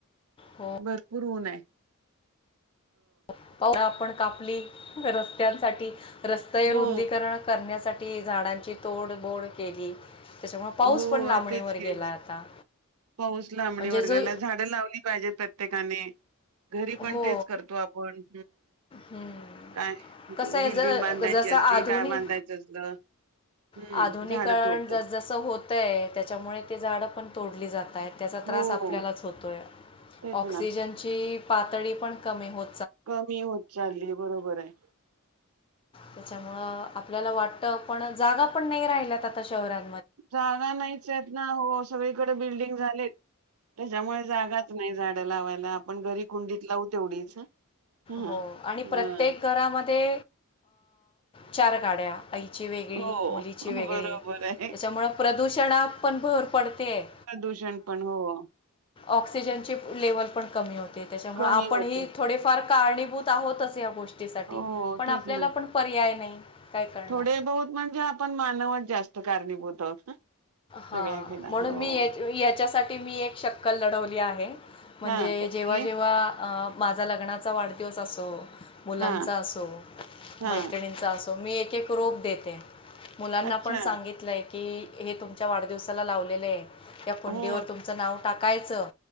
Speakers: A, on the left; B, on the right.
A: हो
B: भरपूर ऊन हे.
A: <unintelligible> कापली रस्त्यांसाठी रस्ते
B: हो
A: रुंदीकरण करण्यासाठी. झाडांची तोडबोड केली त्याच्यामुळे पाऊस
B: हो
A: पण लांबणीवर
B: तेच की
A: गेला आता.
B: पाऊस लांबणी
A: म्हणजे
B: वर
A: जो
B: गेला झाडं लावली पाहिजे प्रत्येकाने. घरी पण
A: हो
B: तेच करतो आपण-
A: हम्म.
B: काय
A: कसं आहे
B: बिल्डिंग
A: ज
B: बांधायची
A: जसं
B: असली,
A: आधुनिक
B: काय बांधायचं असल- हम्म
A: आधुनिकरण
B: झाडं तोडतो.
A: जसजसं होत त्याच्यामुळे ते झाडं पण तोडली जातात. त्याचा त्रास
B: हो
A: आपल्याला होतो
B: तेच
A: ऑक्सिजनची
B: ना
A: पातळी पण कमी हो
B: कमी होत चाललीय बरोबर आहे.
A: त्याच्यामुळ आपल्याला वाटत पण जागा पण नाही राहिल्यात आता शहरां
B: जागा नाहीच आहेत ना हो सगळीकडे बिल्डिंग झालेत- त्याच्यामुळे जागाच नाही झाडं लावायला आपण घरी कुंडीत लावू तेवढीच. हा
A: हो आणि प्रत्येक घरामध्ये चार गाड्या- आईची वेगळी,
B: हो
A: मुलीची वेगळी,
B: बरोबर आहे
A: त्याच्यामुळ प्रदूषणात पण भर पडतेय-
B: ट्यूशन पण हो-
A: ऑक्सिजनची लेवल पण कमी होते, त्याच्यामुळं
B: कमी
A: आपणही
B: होते
A: थोडेफार- कारणीभूत आहोतच, या गोष्टीसाठी
B: हो
A: पण
B: तेच
A: आपल्याला
B: ना
A: पण पर्याय नाही- काय करणार
B: थोडे बहुत म्हणजे आपण मानवात जास्त कारणीभूत आहोत.
A: हा
B: सगळ्या घ्याला
A: म्हणून
B: हो
A: मी याच्यासाठी मी एक शक्कल लढवली आहे, म्हणजे-
B: हा कसली
A: जेव्हा, जेव्हा- माझा लग्नाचा वाढदिवस असो, मुलांचा
B: हा
A: असो,
B: हा
A: मैत्रिणींचा असो- स मी एक एक रोप देते मुलांना
B: अच्छा
A: पण सांगितलंय की हे तुम- वाढदिवसाला लावले त्या कुंडीवर
B: हो
A: तुमच नाव टा- टाकायचं